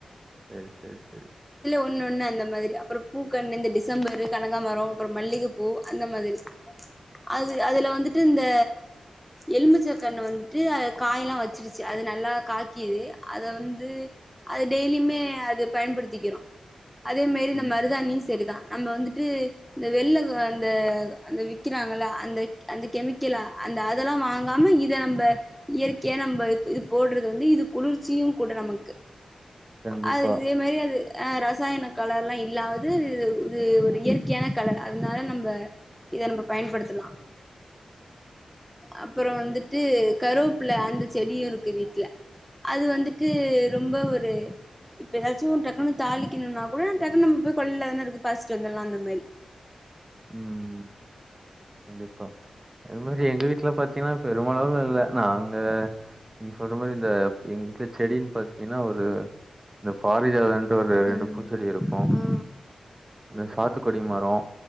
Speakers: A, on the right (about 20°); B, in the centre.
A: செரி செரி செரி
B: ஒண்ணு ஒண்ணு அந்த மாதிரி அப்புறம் பூ கண்ணு இந்த டிசம்பர் கனகாபரம் அப்புறம் மல்லிகைப்பூ அந்த மாதிரி அது அதுல வந்துட்டு இந்த எலும்பிச்சை கண்ணு வந்துட்டு அது காய் எல்லாம் வச்சிருச்சு அது நல்லா காக்கிது அத வந்து அது டெய்லியுமே அத பயன்படுத்திக்கிறோம் அதே மாரி இந்த
A: ம்.
B: மருதாணி செரிதான் நம்ம வந்துட்டு இந்த வெள்ள அந்த அந்த வி்க்கிறாங்கள அந்த அந்த கெமிக்கலா அந்த அதெல்லாம் வாங்காம இத நம்ம இயற்கையா நம்ம இது போடுறது வந்து இது குளிர்ச்சியும் கூட நமக்கு
A: கண்டிப்பா.
B: அது இதே மாதிரி அது ஆஹ ரசாயன கலர்ல்லாம் இல்லாது இது ஒரு இயற்கையான கலர் அதனால நம்ப இத நம்ம பயன்படுத்தலாம் அப்புறம் வந்துட்டு கருவேப்புல அந்த செடியும் இருக்கு வீட்டுல அது வந்துட்டு ரொம்ப ஒரு இப்ப ஏதாச்சும் ஒரு டக்குன்னு தாளிக்கணும்னா கூட டக்குன்ன நம்ம போய் கொள்ளையில தான் இருக்கு பரிசிட்டு வந்தலாம் அந்த மாதிரி
A: உஹம் கண்டிப்பா இது மாதிரி எங்க வீட் வீட்ல பா்த்தீங்கன்னா பெருமளவுல இல்ல நாங்க நீங்க சொல்ற மாதிரி இந்த எங்க வீட்டுல செடினு பார்த்தீங்கன்னா ஒரு இந்த பாரிஜாதன்ட்டு ஒரு ரெண்டு
B: ம்
A: பூச்செடி இருக்கும்
B: ஆ
A: இந்த
B: ஆ
A: சாத்துக்குடி மரம்